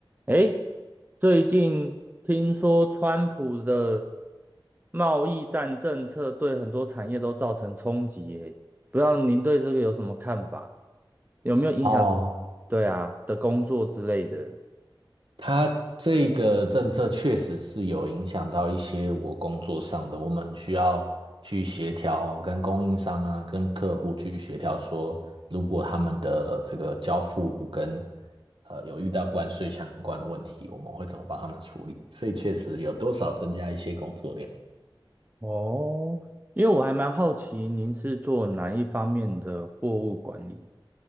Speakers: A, on the right (about 20°); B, on the right (about 65°).
A: 诶，最近听说川普的贸易战政策对很多产业都造成冲击耶，不知道您对这个有什么看法？有没有影响？
B: 哦，
A: 对啊，的工作之类的。
B: 它这个政策确实是有影响到一些我工作上的，我们需要去协调，跟供应商啊，跟客户去协调说，如果他们的这个交付跟呃有遇到关税相关的问题，我们会怎么帮他们处理？所以确实有多少增加一些工作量。
A: 哦，因为我还蛮好奇您是做哪一方面的货物管理？